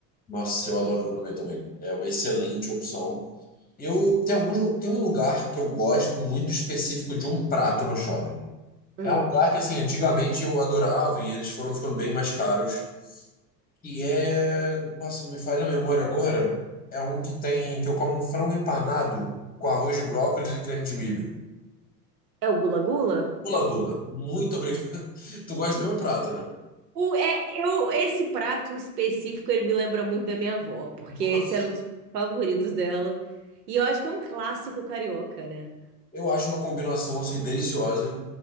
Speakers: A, on the left (about 15°); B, on the right (about 70°).
A: Nossa, eu adoro gourmet também. É uma excelente opção. Eu tem alguns lu- tem um lugar que eu gosto muito específico de um prato no shopping.
B: Hum.
A: É um lugar que assim, antigamente eu adorava e eles foram ficando bem mais caros. E é. Nossa, me falha a memória agora. É um que tem. Que eu como um frango empanado com arroz de brócolis e creme de milho.
B: É o Gula Gula?
A: Gula Gula. Muito obrigado. <laughs> Tu gosta do mesmo prato, né?
B: O, é, eu, esse prato específico, ele me lembra muito da minha avó, porque
A: Nossa.
B: esse era um dos favoritos dela. E eu acho que é um clássico carioca, né?
A: Eu acho uma combinação, assim, deliciosa.